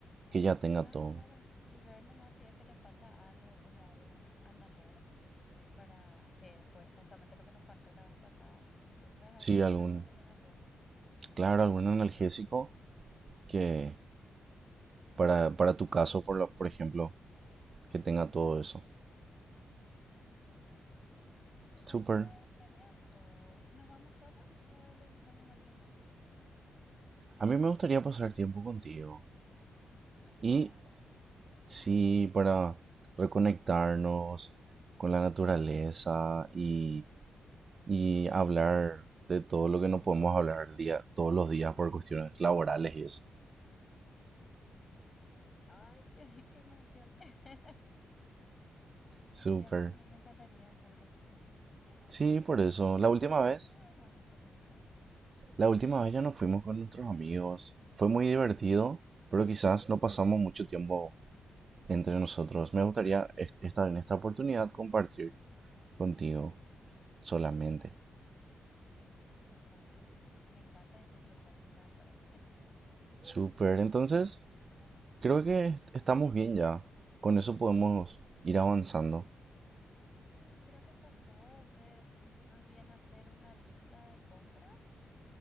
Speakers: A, on the right; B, on the left.
A: que ya tenga
B: claro,
A: todo.
B: claro, y ver nomás si es que le falta algo como un analer para que fue justamente lo que nos faltó la vez pasada. Entonces ahí
A: Sí,
B: aseguramos
A: algún,
B: de que tenga todo.
A: claro, algún analgésico que para, para tu caso, por, la- por ejemplo, que tenga todo
B: Ujú.
A: eso.
B: Sí, entonces
A: Súper.
B: sería todo. ¿Y nos vamos solos o le invitamos a alguien más?
A: A mí me gustaría pasar tiempo contigo.
B: A solas,
A: Y
B: ¿verdad?
A: sí, para reconectarnos con la naturaleza y, y hablar de todo lo que no podemos hablar día, todos los días por cuestiones laborales y eso.
B: Sí. Ay, <laughs> qué emoción. <laughs> Sí,
A: Súper.
B: a mí también me encantaría estar contigo
A: Sí, por
B: y
A: eso.
B: reconectar
A: La última
B: contigo
A: vez
B: y nos vamos solitos.
A: La última vez ya nos fuimos con nuestros amigos. Fue muy divertido, pero quizás no pasamos mucho tiempo entre nosotros. Me gustaría est- estar en esta oportunidad compartir contigo solamente.
B: Me encanta. Me encanta y estoy totalmente de acuerdo.
A: Súper, entonces creo que estamos bien ya. Con eso podemos
B: Sí,
A: ir avanzando.
B: sí, creo que está todo. Es más bien hacer una lista de compras